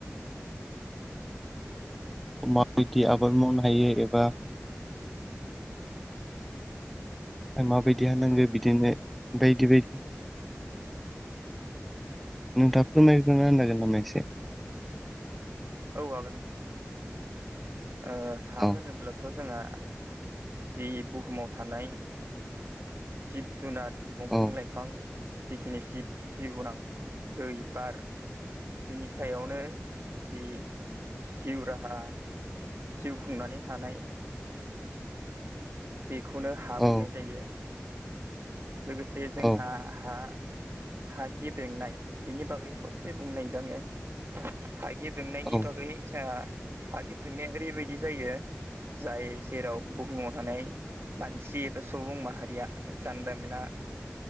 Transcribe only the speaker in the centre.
माबायदि आबाद मावनो हायो एबा माबायदि हानांगौ बिदिनो बायदि बायदि
नों दा फोरमायनै होनो हागोन एसे
औ
औ
औ
औ
औ